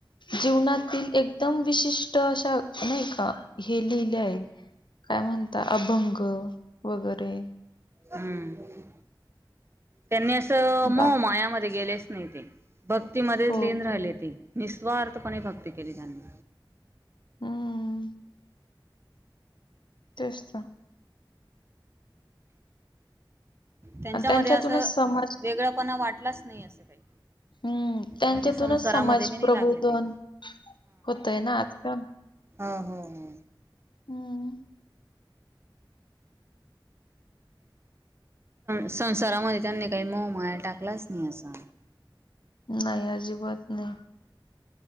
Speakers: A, on the left; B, on the right.
A: जीवनात एकदम विशिष्ट अशा नाही का हे लिहिले आहे काय म्हणता अभंग वगैरे
B: हम्म त्यांनी असं
A: गा
B: म मायामध्ये गेलेच नाही ते भक्तीमध्येच
A: हो
B: िन राहिले
A: बरोबर.
B: ते निस्वार्थपणे भक्ती केली त्यांनी
A: हम्म तेसत
B: त्यांच्यामध्ये
A: आणि त्यांच्यातूनच
B: असं
A: समाज
B: वेगळंपणा वाटलाच नाही असं काही
A: हम्म त्यांच्यातूनच
B: म्हणजे संसारामध्ये
A: समाज
B: बी नाही
A: प्रबोधन
B: लागले ते
A: होतय ना आजकाल
B: हा हा हा
A: हम्म
B: संसारामध्ये त्यांनी काही मोमाया टाकलाच नाही असा
A: नाही अजिबात नाही